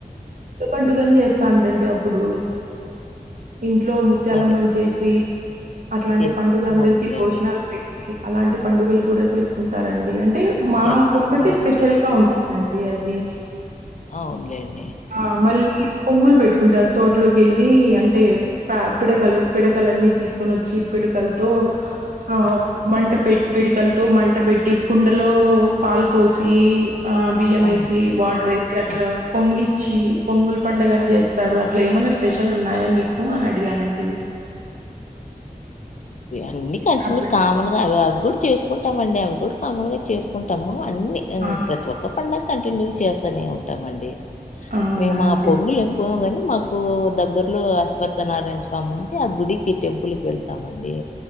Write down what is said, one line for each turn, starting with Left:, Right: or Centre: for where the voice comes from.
Right: పండుగని చేస్తాంటాటి అప్పుడు. ఇంట్లో ముత్యాలమ్మనీ
Left: అదే
Right: చేసి అట్లాంటి
Left: చేస్
Right: పండుగ అందరికి
Left: అవునులేండి
Right: భోజనాలు పెట్టి అలాంటి పండుగలు కూడా చేసుకుంటారండి అంటే మాకొక్కటి
Left: చేస్తారు మనకి
Right: స్పెషల్గా ఉంటుం ది అండి అది.
Left: అవునులేండి.
Right: ఆ మళ్ళీ పొంగులు పెట్టుకుంటారు. తోటలోకి వెళ్ళి అంటే పె పిడకలు పిడకలన్నీ తీసు కొనివచ్చి పిడుకలతో ఆ మంట పె పిడకలతో మంట పెట్టి, కుండలో పాలు పోసి ఆ బియ్యం
Left: అవునులేండి
Right: ఏసి, వాటర్ ఏసి అట్లా
Left: ఆ
Right: పొంగిచ్చి పొంగుల్ పండుగ అని చేస్తారు అట్లా ఏమైన్నా స్పెషల్ ఉన్నాయా మీకు అని అడిగానండి.
Left: అన్ని కంటిన్యూ
Right: అట్లే
Left: కామన్ గా అవి అవి కూడా చేసుకుంటాం అండి, అవి కూడా కామన్గా చేసుకుం టము అన్ని
Right: ఆ
Left: ప్రతి ఒక్క పండగ కంటిన్యూ చేస్తనే ఉంటమం డి
Right: అవునా
Left: మేం
Right: అండి
Left: ఆ పొంగుల్ ఎం కోము కాని మాకు దగ్గరలో అశ్వథనారాయణ స్వామి ఉంది ఆ గుడికి టెం పులికి వెళ్తామండి.